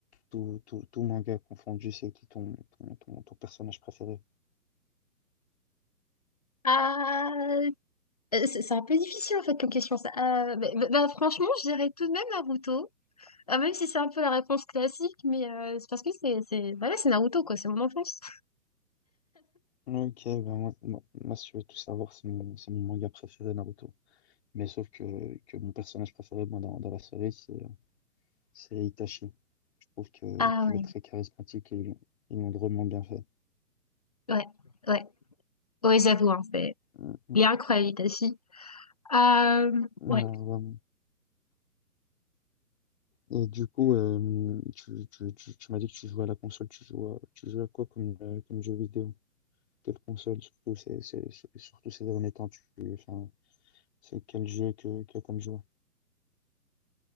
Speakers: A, on the left; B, on the left.
A: tout, tout, tout manga confondu, c'est qui ton, ton, ton, ton personnage préféré?
B: Ah, euh, c'est c'est un peu difficile, en fait, comme question, ça. Euh, bah, bah, bah, franchement, je dirais tout de même Naruto. Ah, même si c'est un peu la réponse classique, mais euh, c'est parce que c'est, c'est, voilà, c'est Naruto, quoi, c'est mon enfance.
A: Ok, ben moi, moi, moi, si tu veux tout savoir, c'est mon, c'est mon manga préféré, Naruto. Mais sauf que, que mon personnage préféré moi, dans, dans la série, c'est c'est Itachi. Je trouve que
B: Ah
A: qu'il
B: ouais,
A: est très charismatique et ils l'ont ils l'ont drôlement bien fait.
B: ouais, ouais. Oui, j'avoue, hein, c'est...
A: Euh,
B: Il est incroyable, Itachi. Euh,
A: euh,
B: ouais.
A: Et du coup, euh, tu, tu, tu, tu m'as dit que tu jouais à la console, tu joues à, tu joues à quoi comme, euh, comme jeu vidéo? Quelle console, surtout, c'est, c'est, c'est- surtout ces derniers temps, tu, enfin, c'est quel jeu que, que comme joueur?